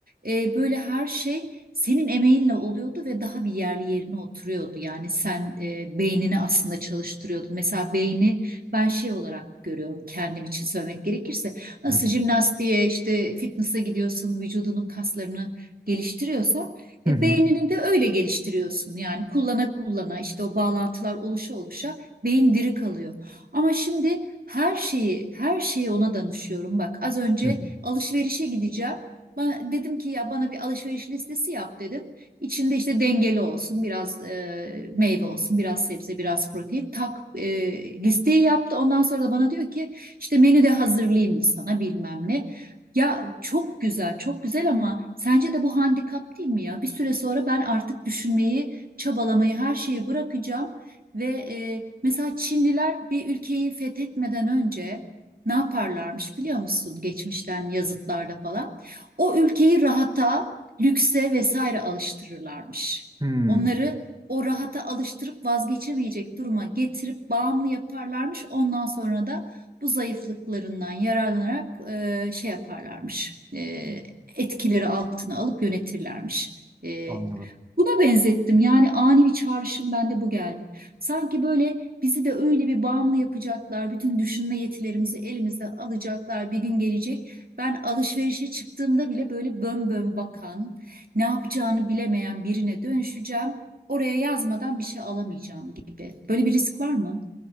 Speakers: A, on the right; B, on the right.
A: e, böyle her şey senin emeğinle oluyordu ve daha bir yerli yerine oturuyordu. Yani sen e, beynini aslında çalıştırıyordun. Mesela beyni ben şey olarak görüyorum kendim için söylemek gerekirse. Nasıl
B: hı hı,
A: jimnastiğe işte fitness'a gidiyorsun vücudunun kaslarını geliştiriyorsan
B: hı
A: e,
B: hı,
A: beynini de öyle geliştiriyorsun. Yani kullana kullana işte o bağlantılar oluşa oluşa beyin diri kalıyor. Ama şimdi her şeyi her şeyi ona danışıyorum. Bak az önce
B: hı hı.
A: alışverişe gideceğim. Ba- dedim ki ya bana bir alışveriş listesi yap dedim. İçinde işte dengeli olsun, biraz e, meyve olsun, biraz sebze, biraz protein. Tak e, listeyi yaptı. Ondan sonra da bana diyor ki işte menü de hazırlayayım mı sana bilmem ne. Ya çok güzel, çok güzel ama sence de bu handikap değil mi ya? Bir süre sonra ben artık düşünmeyi, çabalamayı, her şeyi bırakacağım ve e, mesela Çinliler bir ülkeyi fethetmeden önce ne yaparlarmış biliyor musun? Geçmişten yazıtlarda falan. O ülkeyi rahata, lükse vesaire alıştırırlarmış.
B: Hmm,
A: Onları o rahata alıştırıp vazgeçemeyecek duruma getirip bağımlı yaparlarmış. Ondan sonra da bu zayıflıklarından yararlanarak e, şey yaparlarmış. E, etkileri altına alıp yönetirlermiş. E,
B: Anladım.
A: buna benzettim. Yani ani bir çağrışım bende bu geldi. Sanki böyle bizi de öyle bir bağımlı yapacaklar. Bütün düşünme yetilerimizi elimizden alacaklar. Bir gün gelecek. Ben alışverişe çıktığımda bile böyle bön bön bakan, ne yapacağını bilemeyen birine dönüşeceğim. Oraya yazmadan bir şey alamayacağım gibi. Böyle bir risk var mı?